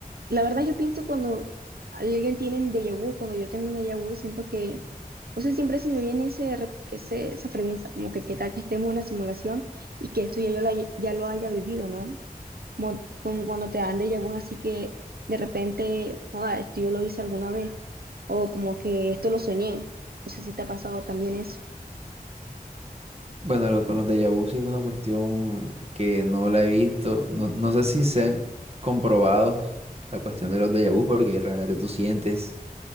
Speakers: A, on the right (about 85°); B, on the right (about 40°).
A: La verdad, yo pienso cuando alguien tiene un déjà vu, cuando yo tengo un déjà vu, siento que, no sé, siempre se me viene ese, re- ese- esa pregunta, como que qué tal que estemos en una simulación y que esto ya yo lo, haya- ya lo haya vivido, ¿no? Como, como cuando te dan déjà vu, así que de repente, joda, esto yo lo hice alguna vez, o como que esto lo soñé. No sé si te ha pasado también eso.
B: Bueno, lo- con los déjà vu sí es una cuestión que no la he visto, no, no sé si se han comprobado la cuestión de los déjà vu porque realmente tú sientes